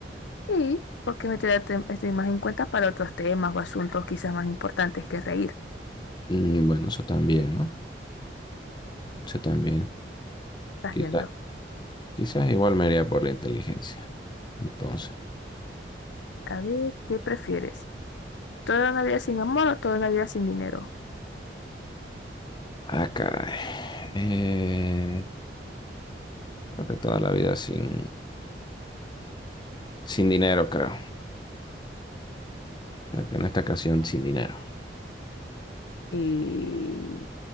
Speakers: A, on the left (about 85°); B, on the left (about 25°).
A: Sí, porque me te estoy más en cuenta para otros temas o asuntos quizás más importantes que reír.
B: Mm, Bueno, eso también, ¿no? Eso también.
A: Estás
B: Quizás,
A: viendo.
B: quizás igual me iría por la inteligencia. Entonces,
A: A ver, ¿qué prefieres? Toda una vida sin amor o toda una vida sin dinero.
B: ah, caray. Eh, creo que toda la vida sin, sin dinero, creo. Creo que en esta ocasión sin dinero.
A: Y